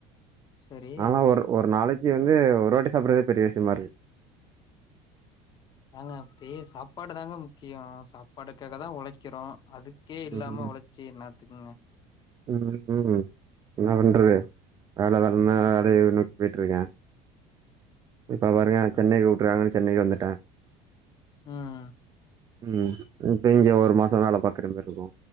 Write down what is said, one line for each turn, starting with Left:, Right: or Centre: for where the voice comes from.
Left: சரி
Right: ஆனா ஒரு ஒரு நாளக்கி வந்து ஒரு வாட்டி சாப்புட்றதே பெரிய விஷ்யமா இருக்குது
Left: ஏங்க அப்டி சாப்பாடு தாங்க முக்கியொ சாப் சாப்பாட்டுக்காக தா ஒழைக்கிறோ அதுக்கே இல்லாம
Right: ம்
Left: ஒழச்சு என்னாத்துக்குங்க ன
Right: ம் ம் என்ன பண்றது வேல வர்னு அத நோக்கி போயிட்டு இருக்கே இப்ப பாருங்க
Left: ம்
Right: சென்னைக் கூப்ட்றாங்கன்னு சென்னைக்கி வந்துட்டே
Left: ம்
Right: ம் இப்ப இங்க ஒரு மாசோ வேல பாக்குற மாரி இருக்கு